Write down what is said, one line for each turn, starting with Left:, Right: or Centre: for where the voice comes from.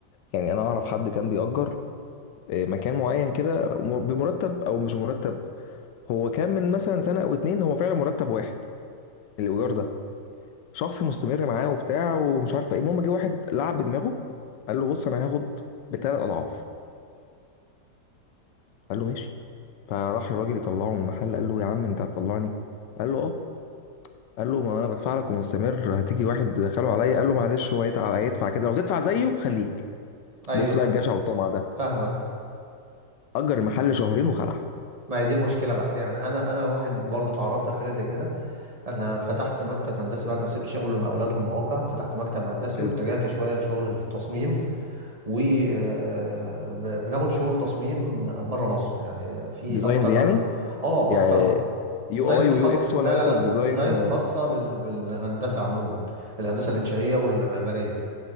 Left: يعني انا اعرف حد كان بيأجر آه، مكان معين كده م- بمرتب او مش مرتب هو كان من مثلا سنه او اتنين هو فعلا مرتب واحد الايجار ده شخص مستمر معاه وبتاع ومش عارفه ايه المهم جه واحد لعب بدماغه قال له بص انا هاخد بثلاث اضعاف قال له ماشي فراح الراجل يطلعه من المحل قال له يا عم انت هتطلعني قال له اه قال له ما انا بدفع لك ومستمر هتيجي واحد دخله عليا قال له معلش هو هيدفع هيدفع كده لو تدفع زيه خليك
Right: ايوه
Left: بص
Right: فا-
Left: بقى الجشع والطمع ده
Right: فاهمك
Left: اجر المحل شهرين وخلع
Right: ما هي دي المشكله بقى يعني انا انا واحد برضو اتعرضت لحاجه زي كده انا فتحت مكتب هندسي بعد ما سبت شغل المقاولات والمواقع فتحت مكتب هندسي
Left: حلو
Right: واتجهت شويه لشغل التصميم وبناخد شغل تصميم بره مصر يعني في
Left: ديزاينز
Right: اكتر من
Left: يعني
Right: اه
Left: يعني
Right: اكتر
Left: يو
Right: ديزاينز
Left: اي ويو
Right: خاص
Left: اكس
Right: لا
Left: ولا اقصد
Right: لا لا
Left: ديزاين
Right: ديزاين خاصه بال... بالهندسه عموما الهندسه الانشائيه والمعماريه